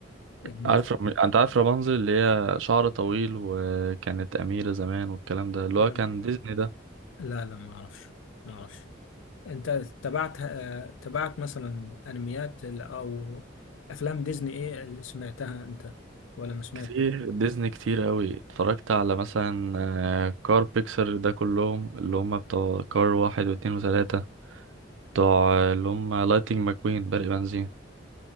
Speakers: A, on the left (about 90°); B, on the right (about 75°).
A: يعني
B: عارف رم... انت عارف رابنزل اللي هي شعر طويل وكانت أميرة زمان والكلام ده اللي
A: ولا-
B: هو كان ديزني ده
A: لا لا ما اعرفش ما اعرفش انت تبعت آه، تبعت مثلا انميات ال- او افلام ديزني ايه اللي سمعتها انت ولا ما سمعتش
B: كتير ديزني كتير قوي اتفرجت على مثلا آه، كار بيكسر ده كلهم اللي هم بتوع كار واحد واتنين وتلاتة بتوع آه، اللي هم لايتنج ماكوين برق بنزين